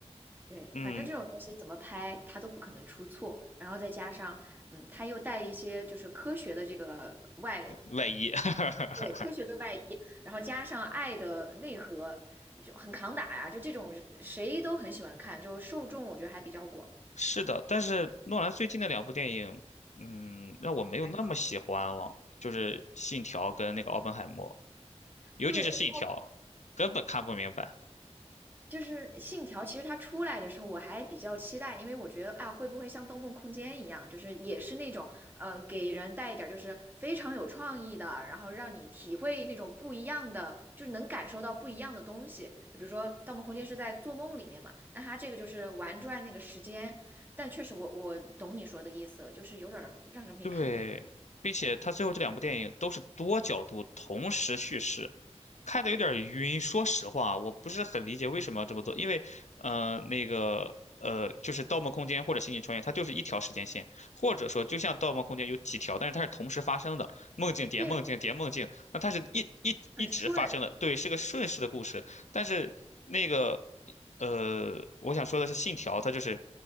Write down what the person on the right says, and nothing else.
对，
反正这种东西怎么拍，它都不可能出错。然后再加上，嗯，它又带一些就是科学的这个外
对，科学的外衣，然后加上爱的内核，就很扛打呀。就这种谁都很喜欢看，就受众我觉得还比较广，
还好。
对，
就是信条，其实它出来的时候我还比较期待，因为我觉得啊，会不会像《盗梦空间》一样，就是也是那种呃，给人带一点儿就是非常有创意的，然后让你体会那种不一样的，就是能感受到不一样的东西。比如说《盗梦空间》是在做梦里面嘛，那它这个就是玩转那个时间，但确实我我懂你说的意思，就是有点儿让人没看明白。
对，
很顺。